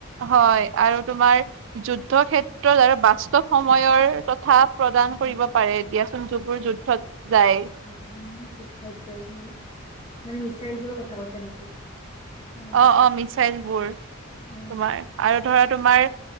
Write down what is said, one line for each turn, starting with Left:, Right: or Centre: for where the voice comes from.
Right: হয় আৰু তোমাৰ যুদ্ধ ক্ষেত্ৰত আৰু বাস্তৱ সময়ৰ সাহস প্ৰদান কৰিব
Left: উম
Right: পাৰে দিয়াচোন যিবোৰ যুদ্ধত যায়।
Left: উম, উম, যুদ্ধত জয় মানে মিছাইলবোৰৰ কথা কৈছা নেকি? অ
Right: অ-অ মিচাইলবোৰ। তোমাৰ
Left: উম,
Right: আৰু ধৰা তোমাৰ